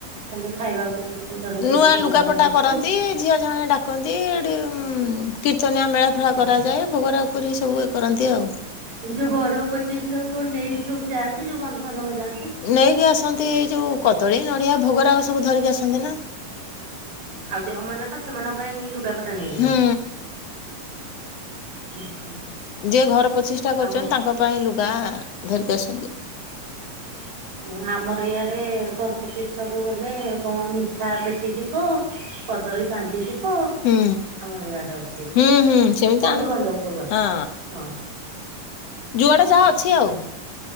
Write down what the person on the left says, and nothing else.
ନୂଆ
ଲୁଗାପଟା
କରନ୍ତି ଝିଅ ଜଣେ ଡା କରନ୍ତି ଏଠି ଉ କୀର୍ତ୍ତନିଆ ମେଳା ଫେଳା
କରାଯାଏ ଭୋଗରାଗ କରିକି ସବୁ ଇଏ କରନ୍ତି ଆଉ।
ନେଇକି ଆସନ୍ତି ଏ ଯଉ କଦଳୀ ନଡ଼ିଆ ଭୋଗରାଗ ଆଉ ସବୁ ଧରିକି ଆସନ୍ତି ନା।
ହୁଁ
ଯିଏ ଘର ପ୍ରତିଷ୍ଠା
କରିଚନ୍ତି ତାଙ୍କ ପାଇଁ ଲୁଗା ଧରିକି ଆସନ୍ତି।
ହୁଁ
ହୁଁ ହୁଁ ସେମିତି
ଆଣନ୍ତି
ହଁ
ଯୁଆଡେ ଯାହା ଅଛି ଆଉ।